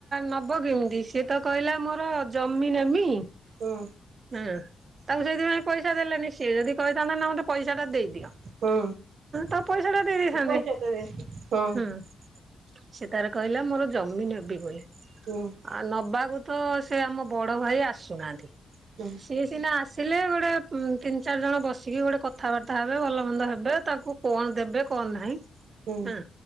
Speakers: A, on the right; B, on the right.
A: ନବ କେମିତି ସିଏ ତ କହିଲା ମୋର ଜମି ନେମି।
B: ହୁଁ।
A: ହୁଁ ତାକୁ ସେଇଥିପାଇଁ ପଇସା ଦେଲେନି। ସିଏ ଯଦି କହିଥାନ୍ତା ନା ମୋତେ ପଇସା ଟା ଦେଇଦିଅ
B: ହୁଁ
A: ତାକୁ ପଇସାଟା ଦେଇ ଦେଇେ ଦେଇଥାନ୍ତେ।
B: ପଇସା ତ ଦେ ହୁଁ
A: ହୁଁ। ସେ ତାର କହିଲା ମୋର ଜମି ନେବି ବୋଲି।
B: ହୁଁ।
A: ଆ ନେବାକୁ ତ ସେ ଆମ ବଡ଼ ଭାଇ ଆସୁନାହାଁନ୍ତି।
B: ହୁଁ।
A: ସିଏ ସିନା ଆସିଲେ ଗୋଟେ ତିନି ଚାରିଜଣ ବସିକି ଗୋଟେ କଥାବାର୍ତ୍ତା ହେବେ ଭଲ ମନ୍ଦ ହେବେ ତାକୁ କଣ ଦେବେ କଣ ନାହିଁ।
B: ହୁଁ
A: ହଁ